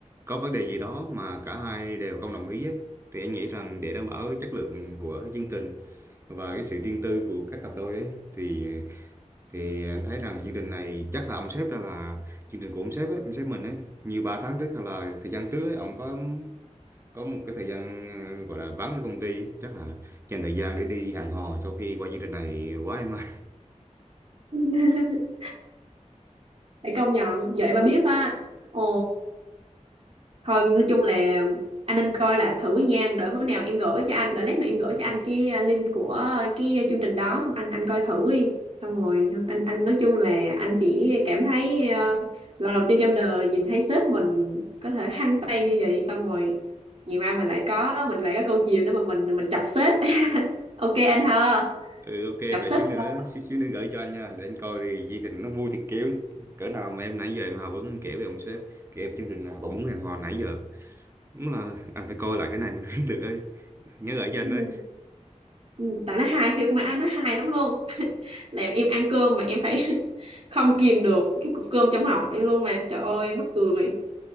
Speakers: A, on the right (about 20°); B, on the right (about 50°).
A: có vấn đề gì đó mà cả hai đều không đồng ý ấy. Thì anh nghĩ rằng để đảm bảo chất lượng của chương trình và cái sự riêng tư của các cặp đôi ấy thì thì anh thấy rằng chương trình này chắc là ông sếp ra là chương trình của ông sếp ấy, ông sếp mình ấy như 3 tháng trước hay là thời gian trước ấy, ông có có một cái thời gian ờ, gọi là vắng ở công ty ấy. chắc là dành thời gian để đi hẹn hò sau khi qua chương trình này quá em ơi
B: <laughs> Phải công nhận vậy mà biết á. Ồ thôi nói chung là anh nên coi lại thử nha đỡ bữa nào em gửi cho anh đỡ lát nữa em gửi cho anh cái ờ, link của cái chương trình đó xong anh anh coi thử đi xong rồi anh anh nói chung là anh sẽ cảm thấy ờ, lần đầu tiên trong đời nhìn thấy sếp mình có thể hăng say như vậy xong rồi ngày mai mình lại có mình lại có câu chiều nữa mà mình mình chọc sếp <laughs> ok anh ha
A: ừ, ok
B: chọc
A: vậy
B: sếp
A: xíu nữa
B: thôi.
A: xíu xíu nữa gửi cho anh nha để anh coi thì chương trình nó vui thiệt kiểu cỡ nào mà em nãy giờ em Hà vẫn em kể về ông sếp kể về chương trình nào bọn muốn hẹn hò nãy giờ đúng là anh phải coi lại cái này mới biết được ấy nhớ gửi cho anh
B: Ừ.
A: đấy
B: Ừ, tại nó hài thiệt mà anh nó hài lắm luôn <laughs> làm em ăn cơm mà em phải <laughs> không kìm được cái cục cơm trong họng em luôn mà trời ơi mắc cười